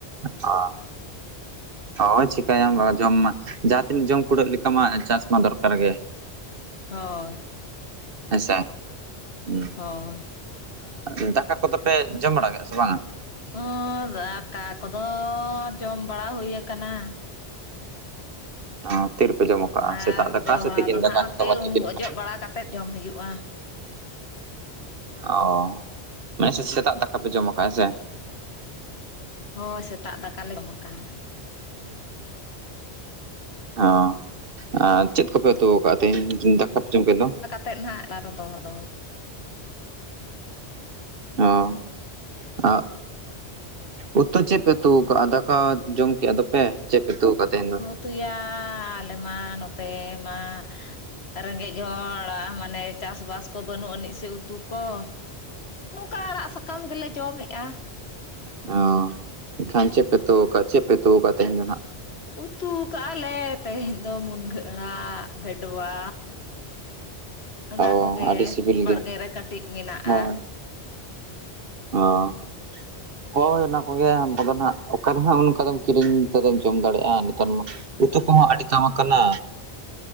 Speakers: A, on the right (about 60°); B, on the left (about 70°).
A: ᱚ᱾ ᱦᱳᱭ ᱪᱤᱠᱟᱹᱭᱟᱢ ᱢᱟ ᱡᱚᱢ ᱢᱟ ᱡᱟᱦᱟᱸ ᱛᱤᱱᱟᱹᱜ ᱡᱚᱢ ᱠᱩᱲᱟᱹᱜ ᱞᱮᱠᱟ ᱢᱟ ᱪᱟᱥ ᱢᱟ ᱫᱚᱨᱠᱟᱨ ᱜᱮ᱾
B: ᱦᱚᱭ
A: ᱟᱪ ᱪᱷᱟ ᱦᱸ
B: ᱦᱚᱭ
A: ᱟᱼᱫᱟᱠᱟ ᱠᱚᱫᱚ ᱯᱮ ᱡᱚᱢ ᱵᱟᱲᱟ ᱠᱮᱫᱟ ᱥᱮ ᱵᱟᱝᱟ
B: ᱦᱸ ᱫᱟᱠᱟ ᱠᱚᱫᱚ ᱡᱚᱢ ᱵᱟᱲᱟ ᱦᱩᱭ ᱟᱠᱟᱱᱟ
A: ᱚᱸ ᱛᱤᱱ ᱨᱮᱯᱮ ᱡᱚᱢ ᱠᱟᱜᱼᱟ
B: ᱟᱨ
A: ᱥᱮᱛᱟᱜ ᱫᱟᱠᱟ
B: ᱫᱚᱦᱲᱟ
A: ᱥᱮ ᱛᱤᱠᱤᱱ
B: ᱫᱚ ᱱᱟᱦᱟᱜ
A: ᱫᱟᱠᱟ ᱱᱤᱛᱚᱜ
B: ᱦᱟᱯᱮ
A: ᱢᱟ
B: ᱩᱢ
A: ᱛᱤᱠᱤᱱᱚᱜ
B: ᱚᱡᱚᱜ
A: ᱠᱟᱱᱟᱼ
B: ᱵᱟᱲᱟ ᱠᱟᱛᱮᱫ ᱡᱚᱢ ᱦᱩᱭᱩᱜᱼᱟ᱾
A: ᱚ ᱢᱟᱱᱮ ᱥᱮᱛᱟᱜ ᱫᱟᱠᱟ ᱯᱮ ᱡᱚᱢ ᱟᱠᱟᱫᱼᱟ ᱦᱮᱸ ᱥᱮ?
B: ᱦᱚᱭ ᱥᱮᱛᱟᱜ ᱫᱟᱠᱟ ᱞᱮ ᱡᱚᱢ ᱟᱠᱟᱜᱼᱟ
A: ᱚ ᱸ ᱟᱨ ᱪᱮᱫ ᱠᱚᱯᱮ ᱩᱛᱩ ᱟᱠᱟᱫ ᱛᱮᱦᱮᱧ ᱫᱟᱠᱟ ᱯᱮ ᱡᱚᱢ ᱠᱮᱫ ᱫᱚ?
B: ᱛᱮᱜ ᱱᱟᱦᱟᱜ ᱟᱨᱚ ᱫᱚ ᱦᱚᱲ ᱫᱚ᱾
A: ᱚᱸ ᱟᱸᱜ ᱩᱛᱩ ᱪᱮᱜ ᱯᱮ ᱩᱛᱩᱣ ᱠᱟᱜᱼᱟ? ᱫᱟᱠ ᱠᱟ ᱡᱚᱢ ᱠᱮᱜ ᱫᱚᱯᱮ ᱪᱮᱜ ᱯᱮ, ᱪᱮᱫ ᱯᱮ ᱩᱛᱩᱣ ᱠᱟ ᱛᱮᱦᱮᱧ ᱫᱚ?
B: ᱛᱩᱭᱟ ᱟᱞᱮ ᱢᱟ ᱱᱚᱛᱮ ᱢᱟ ᱨᱮᱸᱜᱮᱡ ᱦᱚᱲ ᱟ ᱢᱟᱱᱮ ᱪᱟᱥ ᱵᱟᱥ ᱠᱚ ᱵᱟᱹᱱᱩᱜ ᱟᱹᱱᱤᱡ ᱥᱮ ᱩᱛᱩ ᱠᱚ᱾ ᱱᱚᱝᱠᱟ ᱟᱲᱟᱜ ᱥᱟᱠᱟᱢ ᱜᱮᱞᱮ ᱡᱚᱢ ᱮᱜᱼᱟ᱾
A: ᱚᱸ ᱮᱱᱠᱷᱟᱱ ᱪᱮᱫ ᱯᱮ ᱩᱛᱩ ᱠᱟᱜ ᱪᱮᱫ ᱯᱮ ᱩᱛᱩ ᱠᱟᱜ ᱛᱮᱦᱮᱧ ᱫᱚ ᱱᱟᱜ?
B: ᱩᱛᱩ ᱠᱟᱜᱼᱟ ᱞᱮ ᱛᱮᱦᱮᱧ ᱫᱚ ᱢᱩᱱᱜᱟᱹ ᱟᱲᱟᱜ, ᱵᱷᱮᱰᱣᱟ᱾ ᱚᱱᱟ
A: ᱚ
B: ᱠᱚᱜᱮ
A: ᱟᱹᱰᱤ ᱥᱤᱵᱤᱞ
B: ᱵᱟᱲᱜᱮ
A: ᱜᱮ,
B: ᱨᱮ ᱠᱟᱹᱴᱤᱡ ᱢᱮᱱᱟᱜᱼᱟ
A: ᱦᱳᱭ᱾ ᱚᱸ᱾ ᱦᱳᱭ ᱚᱱᱟ ᱠᱚᱜᱮ ᱟᱱᱛᱟᱵᱚᱱ ᱦᱟᱸᱜ ᱚᱠᱟᱨᱮ ᱦᱚ ᱚᱱᱠᱟ ᱫᱚᱢ ᱠᱤᱨᱤᱧ ᱛᱮᱫᱚᱧ ᱡᱚᱢ ᱫᱟᱲᱮᱜᱼᱟ᱾ ᱛᱮ ᱢᱟ
B: ᱦᱳ
A: ᱩᱛᱩ ᱠᱚᱦᱚᱸ ᱟᱹᱰᱤ ᱫᱟᱢ ᱟᱠᱟᱱᱟ,